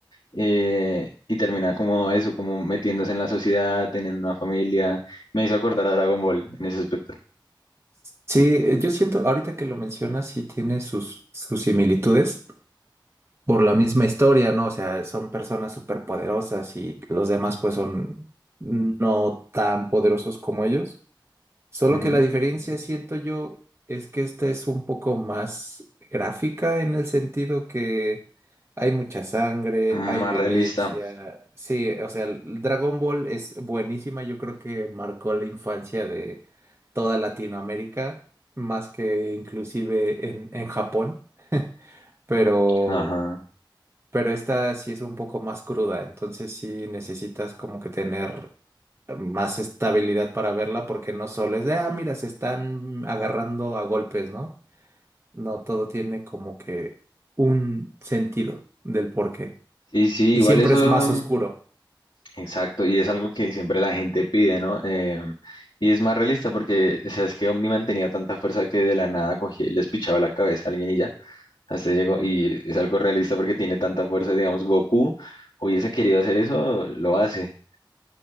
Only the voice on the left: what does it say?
eh, y terminar como eso, como metiéndose en la sociedad, teniendo una familia. Me hizo acordar a Dragon Ball en ese aspecto.
Ujú.
Más
realista.
Ajá.
Sí, sí,
igual
eso,
exacto, y es algo que siempre la gente pide, ¿no? Em, y es más realista porque, o sea, es que Omniman tenía tanta fuerza que de la nada cogía y les pichaba la cabeza a alguien y ya. Hasta ahí llegó y es algo realista porque tiene tanta fuerza, digamos, Goku hubiese querido hacer eso, lo hace.